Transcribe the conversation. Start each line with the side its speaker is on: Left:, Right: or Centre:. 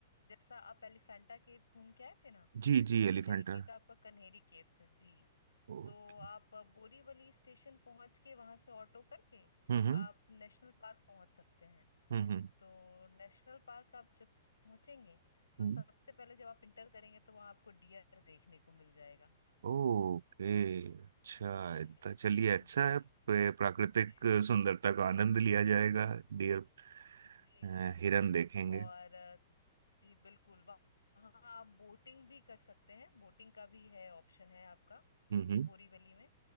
Left: जैसा आप एलिफेंटा केव घूम के आए थे ना
Right: जी जी
Left: उसी
Right: एलिफेंटा
Left: तरीके का आपका कन्हेरी केव्स है जी
Right: ओके
Left: तो आप बोरीवली स्टेशन पहुंच के वहां से ऑटो करके
Right: हम्म हम्म
Left: आप नेशनल पार्क पहुंच सकते हैं
Right: हम्म हम्म
Left: तो नेशनल पार्क आप जब पहुंचेंगे तो
Right: हम्म,
Left: सबसे पहले जब आप इंटर करेंगे तो वहां आपको डियर देखने को मिल जाएगा
Right: ओके अच्छा
Left: <laughs> जी
Right: इतना चलिए अच्छा
Left: जी
Right: है प- प्राकृतिक
Left: जी
Right: सुंदरता का आनंद लिया जाएगा डियर
Left: जी
Right: अ,
Left: जी जी
Right: हिरन देखेंगे
Left: और अ, जी बिल्कुल वहाँ आप बोटिंग भी कर सकते हैं बोटिंग का भी है ऑप्शन है आपका
Right: हम्म हम्म
Left: बोरीवली में